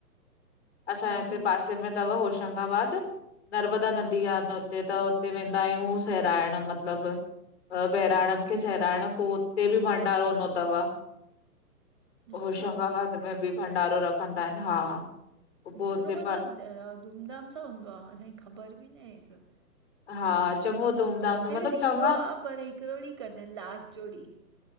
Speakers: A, on the left (about 40°); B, on the right (about 15°).
A: असांजे
B: हम्म,
A: हिते
B: हम्म।
A: पासे में तव होशंगाबाद। नर्मदा नदी आ न हुते त हुते वेंदा आहियूं सहिराइण, मतिलबु। अ, बहिराणनि खे सहिराइण, पोइ उते बि भंडारो हूंदो तव।
B: अच्छा
A: होशंगाबाद में बी भंडारो रखंदा इन, हा। पो
B: हेतिरो
A: हुते
B: मतिलबु, अ धूमधाम सां हूंदो आ, असांखे ख़बर बी न आहे हे सभु।
A: हा, चङो धूमधाम,
B: हिते
A: मतिलब
B: बि थींदो
A: चङा
B: आहे पर हिकिड़ो ॾींहुं कंदा इन, लास्ट जो ॾींहुं।